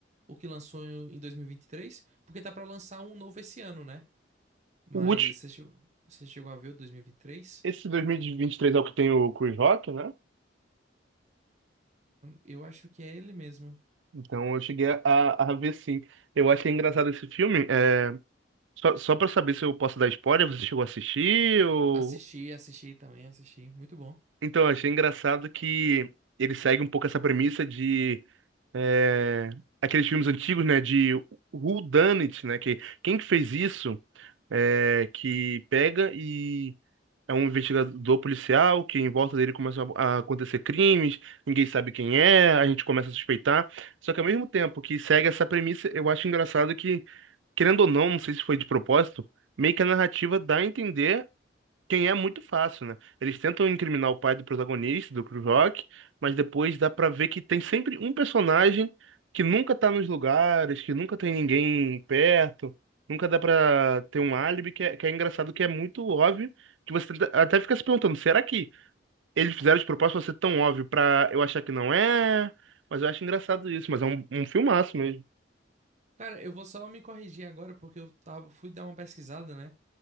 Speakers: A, on the right; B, on the right.
A: O que lançou em dois mil e e vinte e três? Porque tá pra lançar um novo esse ano, né? Mas
B: O último,
A: você chegou, você chegou a ver o dois mil e e vinte e três?
B: esse 2023 é o que tem o Chris Rock, né?
A: Eu acho que é ele mesmo.
B: Então eu cheguei a, a ver sim. Eu achei engraçado esse filme. É... Só, só para saber se eu posso dar spoiler, você chegou a assistir ou...
A: Assisti, assisti também, assisti. Muito bom.
B: Então, eu achei engraçado que ele segue um pouco essa premissa de é, aqueles filmes antigos, né? De Who Done It, né? Que, quem que fez isso? é, que pega e é um investigador policial que em volta dele começam a a acontecer crimes, ninguém sabe quem é, a gente começa a suspeitar. Só que ao mesmo tempo que segue essa premissa, eu acho engraçado que, querendo ou não, não sei se foi de propósito, meio que a narrativa dá a entender quem é muito fácil, né? Eles tentam incriminar o pai do protagonista, do Chris Rock, mas depois dá pra ver que tem sempre um personagem que nunca tá nos lugares, que nunca tem ninguém perto, nunca dá pra ter um álibi, que é, que é engraçado, que é muito óbvio, que você tenta- até fica se perguntando, será que eles fizeram de propósito pra ser tão óbvio pra eu achar que não é? Mas eu acho engraçado isso, mas é um, um filmaço mesmo.
A: Cara, eu vou só me corrigir agora porque eu tava, fui dar uma pesquisada, né?